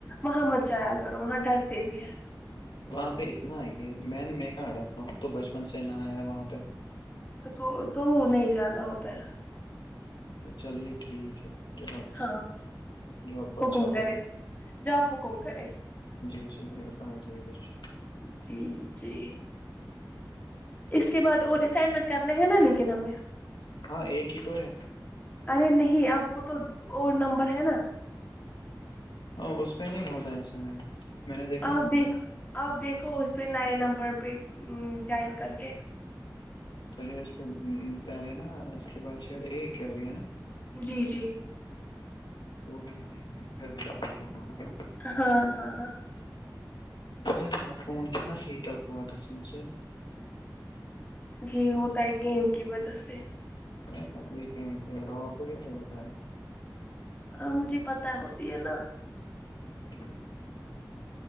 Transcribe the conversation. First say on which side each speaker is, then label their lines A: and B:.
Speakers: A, on the left (about 20°); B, on the left (about 80°).
A: وہاں مت جایا کرو وہاں ڈرتے بھی ہیں
B: وہاں پہ اتنا آئی ہے میں نے م کہاں ہڑاتا ہوں تو بچپن سے ن آیا ہے وہاں پہ
A: کو تو نہیں جانا ہوتا ہے
B: چلیے ٹھیک ہے جو آپ
A: ہاں
B: جو آپ کو اچھا
A: حکم
B: لگے
A: کرے جاب حکم کرے
B: جی جی ب سمجھ لیے کچھ
A: جی جی اس کے بعد اور اسائنمنٹ کرنے ہیں نا لیکن ہمیں
B: ہاں ایک ہی تو ہے
A: ارے نہیں آپ کو تو اور نمبر ہے نا
B: اور اس پہ نہیں ہوتا ہے سیمنٹ میں نے دیکھا
A: آپ
B: نا
A: دیکھو آپ دیکھو اس پہ نئے نمبر پہ ڈائل کر کے
B: چلیے اس کے پہلے نا اس کے بعد شاید ایک ہے ابھی ہے نا
A: جی جی
B: ہو گیا ہے دیکھتے پھر دیکھتے کیا ہوگا
A: ہاں ہاں
B: ہے میرا فون کتنا ہیٹ اپ ہوا قسم سے
A: جی ہوتا ہے گیم کی وجہ سے
B: میںسا ابھی گیم کھیل رہا ہوں آپ کو کیسے بتا ہے
A: ہاں مجھے پتا ہوتی ہے نا
B: اچ <inaudible>